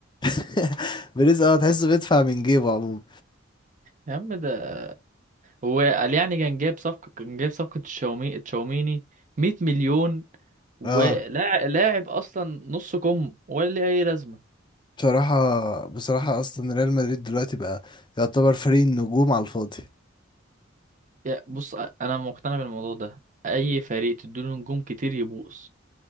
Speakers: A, on the left; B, on the right.
A: <laughs> بريز اه تحسه بيدفع من جيبه عموما
B: يا عم ده هو قال يعني كان جايب صفقه كان جايب صفقه تشاومي تشاوميني 100 مليون ولاعب
A: اه
B: لاعب اصلا نص كم ولا ليه اي لازمه
A: بصراحه بصراحه اصلا ريال مدريد دلوقتي بقى يعتبر فريق النجوم على الفاضي
B: يا بص انا مقتنع بالموضوع ده اي فريق تديله نجوم كتير يبوظ